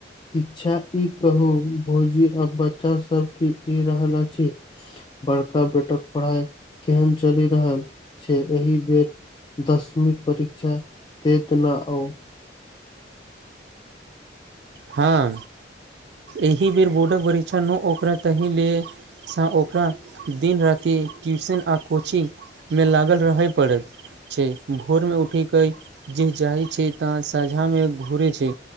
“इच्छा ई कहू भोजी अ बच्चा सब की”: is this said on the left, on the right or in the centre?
Left